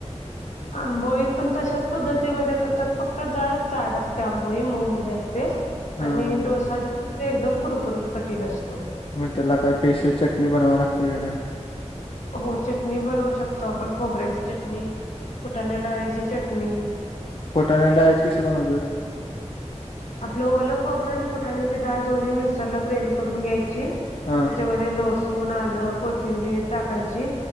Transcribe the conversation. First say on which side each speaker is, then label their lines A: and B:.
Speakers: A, on the left; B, on the left.
A: आंबोळी पण तशाच पद्धतीमध्ये करतात फक्त जरा जाड असते, आंबोळी मऊ मध्ये असते. ते,
B: हा
A: आणि
B: हा
A: डोसा जो, ते एकदम कुरकुरीत कठीण असतो.
B: मग त्याला काय, स्पेशल चटणी बनवावी लागते की काय.
A: हो चटणी बनवू शकतो आपण खोबऱ्याची चटणी, फुटाण्या डाळीची चटणी.
B: फुटाणा डाळीची कशी बनवतात.
A: आपलं ओलं खोबरं आणि फुटाण्याची डाळ दोन्ही मिक्सर ला ग्रेवही करून घ्यायची. त्याच्यामध्ये
B: हा
A: लसूण, आलं, कोथिंबीर टाकायची,